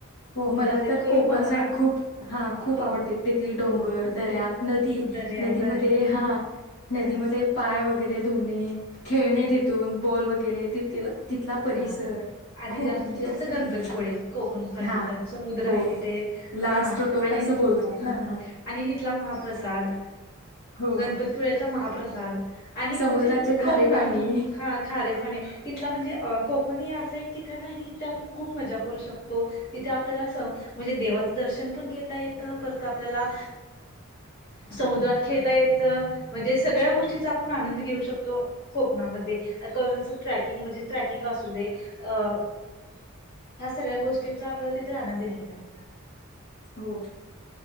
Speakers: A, on the left; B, on the left.
A: हो मला
B: जास्तीत
A: तर
B: करून
A: कोकण
B: म-
A: साईड
B: हा
A: खूप हा खूप
B: ख
A: आवडते तेथील डोंगर दऱ्या
B: खूप
A: नदी
B: दर्या
A: नदीमध्ये
B: नदी
A: हा नदीमध्ये
B: हा
A: पाय वगैरे ते धुने खेळणे
B: हा
A: तिथून बॉल वगैरे <unintelligible> परिसर
B: हा आणि
A: खूप
B: जास्तीत
A: म्हणजे
B: जास्त
A: असं
B: गणपतीपुळे
A: हां,
B: कोकण पणंतर
A: हां.
B: समुद्र
A: हो.
B: आहे तिथे हां
A: लास्ट टोक
B: आणि
A: असं बोलतात
B: हां
A: ना.
B: आणि तिथला महाप्रसाद
A: हो.
B: गणपतीपुळ्याचा महाप्रसाद आणि म्हणजे
A: समुद्राचे खारे
B: कोकण
A: पाणी.
B: हा खारे फणे तिथला म्हणजे कोकण हे असं एक ठिकाण आहे की तिथे आपण खूप मजा करू शकतो तिथे आपल्याला स म्हणजे देवाचं दर्शन पण घेता येतं परत आपल्याला समुद्रात खेळता येतं म्हणजे सगळ्या गोष्टीचा आपण आनंद घेऊ शकतो कोकणामध्ये कच ट्रॅकिंग म्हणजे ट्रेकिंग असू दे ह्या सगळ्या गोष्टीचा आपल्याला तिथे आनंद घेता येतो.
A: हो.